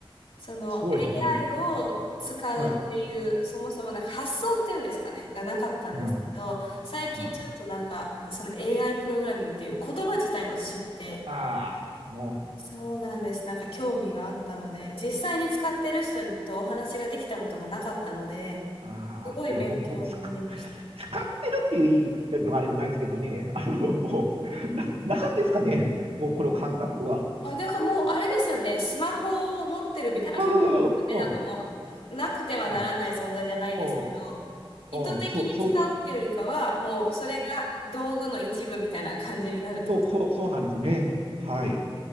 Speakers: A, on the left; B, on the right.
A: その
B: そうですよね。
A: AI を使うっていう、
B: はい。
A: そもそもなんか発想っていうんですかね、がなかったんですけど、
B: うん
A: 最近ちょっとなんか、
B: あ
A: その AI プログラミングっていう言葉自体を知って、
B: あー、もう、
A: そうなんです。なんか興味があったので、実際に使ってる人とお話ができたことがなかったので、
B: ああ、
A: すごい勉強になりました。
B: いや、僕も使っ、使ってるっていういいのがあれもないですけどね、あの、もう、な、なんですかね、もうこの感覚は。
A: あ、だからもう、あれですよね。スマホを持ってるみたいな感じですよね。
B: そうそうそうそ
A: なんかもう、なくてはならない存在じゃないですけど、
B: う。うん、うん、う
A: 意図的に使うっていうよりかは、
B: ん、うんそう、そう、うん、
A: もう、それが道具の一部みたいな感じになるってこと。
B: そう、そう、そうなんですよね。はい。